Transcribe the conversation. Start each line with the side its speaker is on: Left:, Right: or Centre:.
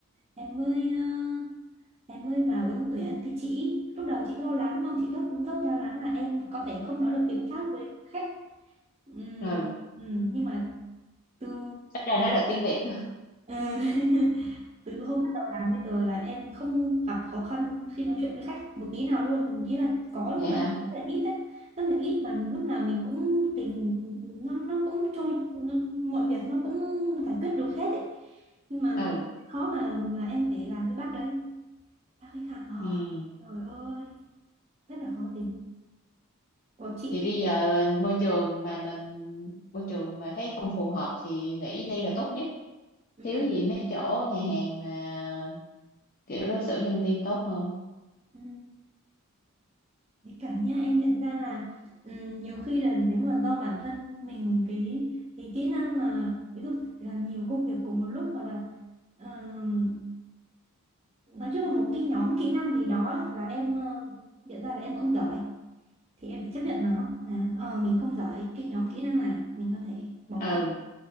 Right: em mới ờ, em mới vào ứng tuyển thì chị lúc đầu chị lo lắng không, chị rất rất lo lắng là em có thể không nói được tiếng Pháp với khách. Ừm,
Left: ừ
Right: ừm, nhưng mà từ
Left: ít ra nói được tiếng Việt
Right: Ờ, <laughs> từ hôm bắt đầu làm bây giờ là em không gặp khó khăn khi nói chuyện với khách một tí nào luôn ý là có nhưng
Left: vậy
Right: mà
Left: hả
Right: rất là ít đấy rất là ít và lúc nào mình cũng tìm nó nó cũng trôi nó, mọi việc nó cũng giải quyết được hết ấy nhưng mà
Left: ừ
Right: khó mà mà em phải làm với bác đấy bác khách hàng hỏi
Left: ừ
Right: trời ơi rất là khó tính của chị
Left: thì bây giờ ờ, môi trường mà mình môi trường mà thấy không phù hợp thì nghỉ đi là tốt nhất
Right: ừ.
Left: thiếu gì mấy chỗ nhà hàng mà kiểu đối xử nhân viên tốt hơn
Right: ừ. Đấy cả nhá em nhận ra là ừm, nhiều khi là nếu mà do bản thân mình cái cái kỹ năng mà ví dụ làm nhiều công việc cùng một lúc hoặc là ừm, nói chung là một cái nhóm kỹ năng gì đó ấy, là em ừm, nhận ra là em không giỏi thì em phải chấp nhận nó là ờ, mình không giỏi cái nhóm kỹ năng này mình có thể bỏ
Left: ừ
Right: qua